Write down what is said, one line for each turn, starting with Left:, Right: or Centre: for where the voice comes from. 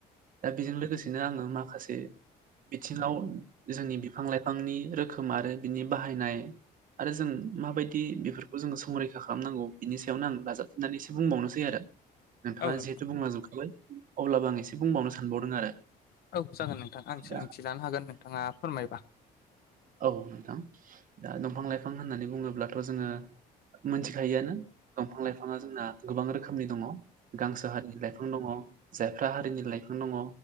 Right: दा बेजों लोगोसेनो आङो माखासे बिथिङाव जोंनि बिफां लाइफांनि रोखोम आरो बिनि बाहायनाय आरो जों माबायदि बेफोरखौ जोङो संरैखा खालामनांगौ बेनि सायाव यावनो आं दाजाबनानै एसे बुंबावनोसै आरो नोंथाङा
Left: औ नोंथां
Right: जिहेथु बुंलांजोबखाबाय अब्लाबो आं एसे बुंबावनो सानबावदों आरो
Left: औ जागोन नोंथां आं सोलोंथि
Right: दा
Left: लानो हागोन नोंथाङा फोरमायबा।
Right: औ नोंथां दा दंफां लाइफां होननानै बुङोब्लाथ जोङो मोनथिखायोआनो दंफां लाइफाङा जोंना गोबां रोखोमनि दङ। गांसो हारिनि लाइफां दङ जायफ्रा हारिनि लाइफां दङ